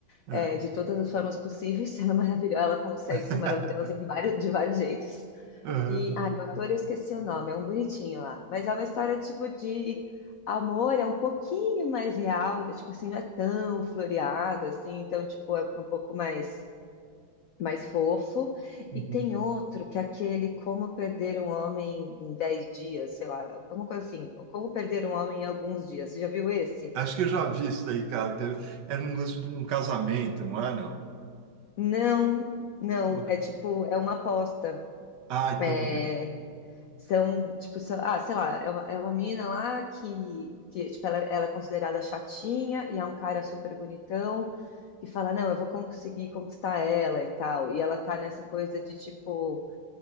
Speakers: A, on the right; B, on the left.
A: é.
B: é, de todas as formas possíveis. <laughs> Ela é maravilhosa, ela consegue
A: <laughs>
B: ser maravilhosa em vários, de vários jeitos.
A: Aham,
B: E, ai, o ator eu esqueci o nome, é um bonitinho lá. Mas é uma história tipo de amor, é um pouquinho mais real, de, tipo assim, não é tão floreado assim, então tipo é um pouco mais mais fofo.
A: uhum.
B: E tem outro que é aquele Como Perder um Homem em dez Dias, sei lá, alguma coisa assim. Como Perder um Homem em Alguns Dias. Você já viu esse?
A: Acho que eu já vi isso daí, cara. Que era era um lance de um casamento, não é, não?
B: Não, não.
A: Poxa.
B: É tipo, é uma aposta.
A: Ah, então
B: É,
A: não vi.
B: são, tipo, são- ah, sei lá, é uma, é uma mina lá que, que tipo, ela, ela é considerada chatinha e é um cara super bonitão. E fala, não, eu vou conseguir conquistar ela e tal. E ela tá nessa coisa de tipo.